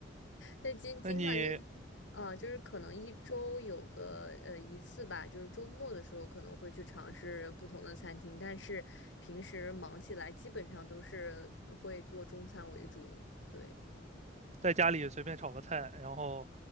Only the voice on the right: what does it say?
那你
在家里随便炒个菜，然后